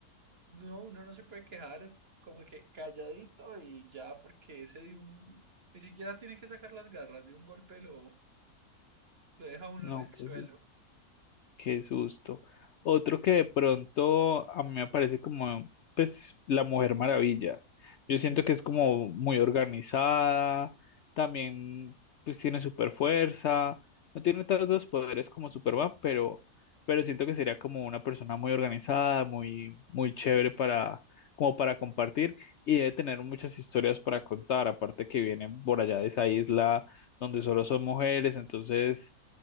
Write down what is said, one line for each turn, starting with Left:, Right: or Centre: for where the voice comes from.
Right: no, uno no se puede quejar como que calladito y ya, porque ese de un, ni siquiera tiene que sacar las garras, de un golpe lo, lo deja uno
Left: No,
Right: en el
Left: qué
Right: suelo.
Left: Qué susto. Otro que de pronto a mí me parece como, pues, la Mujer Maravilla. Yo siento que es como muy organizada, también, pues, tiene super fuerza, no tiene tantos poderes como Superman, pero, pero siento que sería como una persona muy organizada, muy, muy chévere para, como para compartir y debe tener muchas historias para contar, aparte que viene por allá de esa isla donde solo son mujeres, entonces